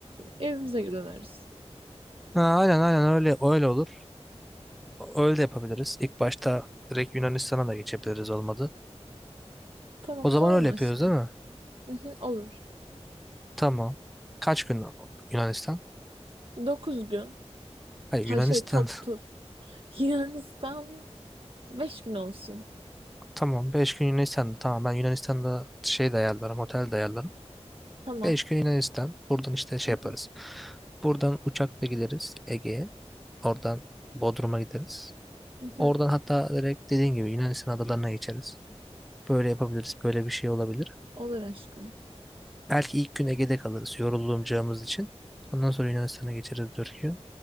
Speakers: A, on the right; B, in the centre.
A: evimize döneriz.
B: Ha, aynen aynen öyle öyle olur. Öyle de yapabiliriz. İlk başta direkt Yunanistan'a da geçebiliriz olmadı.
A: Tamam
B: O zaman
A: tamam
B: öyle yapıyoruz
A: aşkım.
B: değil mi?
A: Hı hı, olur.
B: Tamam. Kaç gün Yunanistan?
A: 9 gün.
B: Hayır
A: Hayır
B: Yunanistan.
A: şey toplu. Yunanistan 5 gün olsun.
B: <laughs> Tamam 5 gün Yunanistan'da. Tamam ben Yunanistan'da şey de ayarlarım otel de ayarlarım.
A: Tamam.
B: 5 gün Yunanistan. Buradan işte şey
A: Hı
B: yaparız.
A: hı,
B: Buradan uçakla gideriz Ege'ye. Oradan Bodrum'a gideriz.
A: hı hı.
B: Oradan hatta direkt dediğin gibi Yunanistan adalarına geçeriz. Böyle yapabiliriz. Böyle bir şey olabilir.
A: Olur aşkım.
B: Belki ilk gün Ege'de kalırız yorulacağımız için. Ondan sonra Yunanistan'a geçeriz 4 gün.